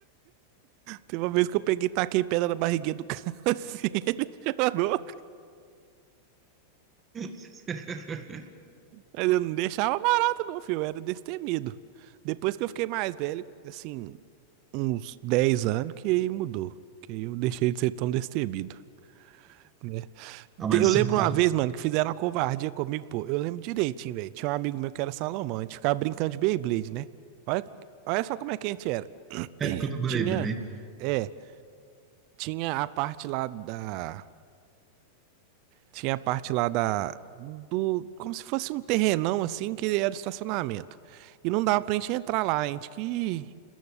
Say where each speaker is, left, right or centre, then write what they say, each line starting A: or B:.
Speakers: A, on the right; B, on the right.
A: Teve uma vez que eu peguei e taquei pedra na barriguinha do cara, <laughs> assim, ele chorou.
B: <laughs>
A: Mas eu não deixava barato não, filho, eu era destemido. Depois que eu fiquei mais velho, assim, uns 10 anos, que aí mudou. Que aí eu deixei de ser tão destemido. né?
B: Ah, mas
A: Te-
B: no
A: Eu lembro
B: seu caso,
A: uma vez, mano, que fizeram uma covardia comigo, pô. Eu lembro direitinho, velho. Tinha um amigo meu que era Salomão. A gente ficava brincando de Beyblade, né? Olha, olha só como é que a gente era.
B: é
A: <clears throat>
B: época do Blade,
A: Tinha. É. Tinha a parte lá da. Tinha a parte lá da. Do. Como se fosse um terrenão, assim, que era o estacionamento. E não dava pra gente entrar lá. A gente que